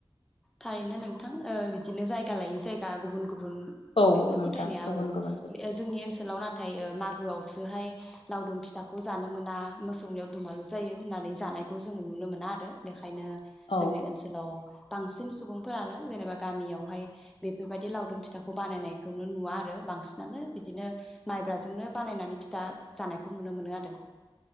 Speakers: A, in the centre; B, on the left (about 75°).
A: थारैनो नोंथां बिदिनो जाय जायगा लायै जायगा गुबुन गुबुन गुबुन
B: औ
A: बेफोर
B: नोंथां
A: फोथायनाया
B: गुबुन
A: औ
B: गुबुन
A: जोंनि ओनसोलाव नाथाय मागौ मागोआवसोहाय लावदुम फिथाखौ जानो मोना मोसौनियाव दुमालु जायो होननानै जानायखौ जों नुनो मोना आरो। बेखायनो
B: औ
A: जोंनि ओनसोलाव बांसिन सुबुंफोरानो जेनेबा गामियावहाय, बेफोरबायदि लावदुम फिथाखौ बानायनायखौनो नुवा आरो बांसिनानो बिदिनो माइब्राजोंनो बानायनानै फिथा जानायखौ नुनो मोनो आरो।